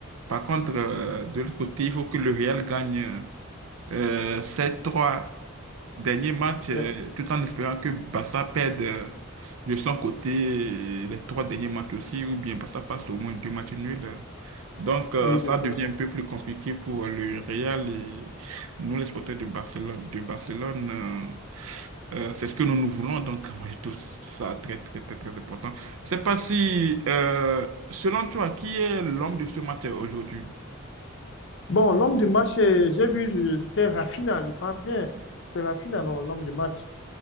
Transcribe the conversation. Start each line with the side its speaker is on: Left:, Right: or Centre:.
Right: Par contre, euh, de l'autre côté, il faut que le Real gagne euh, ses trois derniers matchs euh,
Left: euh,
Right: tout en espérant que Barça perde euh, de son côté les trois derniers matchs aussi, ou bien Barça passe au moins deux matchs nuls. euh, donc, euh,
Left: oui,
Right: ça
Left: c'est ça.
Right: devient un peu plus compliqué pour le Real et nous, les supporters de Barcelone. De Barcelone, euh, euh, c'est ce que nous nous voulons. Donc, <laughs> moi, je trouve ça très, très, très, très important. Je sais pas si, euh, selon toi, qui est l'homme de ce match euh, aujourd'hui?
Left: Bon, l'homme du match, euh, j'ai vu, je- c'était Rafinha, je pense bien. C'est Rafinha, non, l'homme du match.